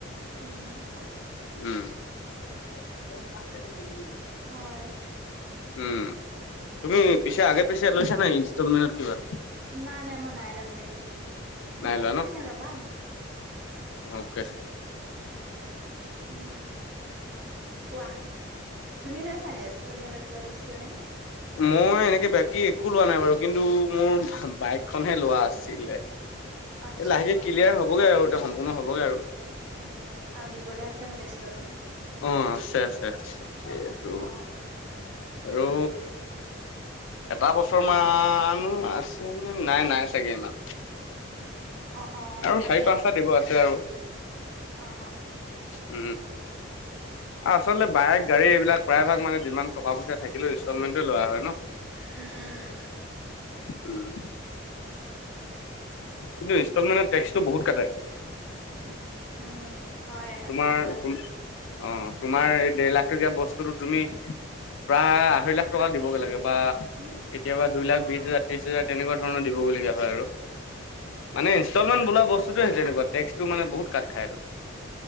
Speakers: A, on the right; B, on the left.
A: উম
B: উম <inaudible>
A: হয়।
B: উম তুমি পিছে আগে পিছে লৈছা নাই ইনষ্টলমেন্টত কিবা
A: নাই নাই মই নাইলোৱা তেনেকে
B: নাই লোৱা
A: এক
B: ন
A: ছেকেণ্ড ৰ'বা
B: অকে
A: উম কোৱা তুমি লৈছা নে নেষ্টলমেণ্টত কিবা বস্তু তেনেকৈ
B: মই এনেকে বাকী একো লোৱা নাই বাৰু কিন্তু মোৰ বাইকখনহে লোৱা আছিলে
A: আচ্ছা
B: এ লাহেকে ক্লিয়াৰ হ'বগে আৰু এতিয়া সম্পূৰ্ণ হবগে আৰু
A: উম আৰু দিবলৈ আছে মানে ইনষ্টলমেণ্ট
B: অ', আছে আছে সেইটো
A: অ
B: আৰু এটা বছৰ মান আছে নাই নাই চাগে ইমান
A: অ অ
B: আৰু
A: মানে
B: চাৰি পাঁচটা দিব আছে আৰু
A: অ'
B: উম আচলতে বাইক গাড়ী এইবিলাক প্ৰায়ভাগ মানে যিমান টকা পইচা থাকিলে ইনষ্টলমেণ্টে লোৱা হয় ন
A: <inaudible>
B: উম কিন্তু ইনষ্টলমেণ্টত টেক্সটো বহুত কাটে
A: <inaudible> <inaudible>
B: তোমাৰ
A: উম তাতে
B: অ', তোমাৰ এই দেৰ লাখ বস্তুটোতো তুমি প্ৰায় আঢ়ৈ লাখ টকা দিবগে লাগে বা
A: উম
B: কেতিয়াবা দুই
A: উম
B: লাখ
A: উম
B: বিশ হাজাৰ ত্ৰিশ হাজাৰ তেনেুৱ ধণ দিবলগীয়া হয় আৰু মানে ইনষ্টলমেন্ত বোলা ববস্তটোৱেই তেনেুকোৱা টেক্সটো মানে বহুত কাট খায়টো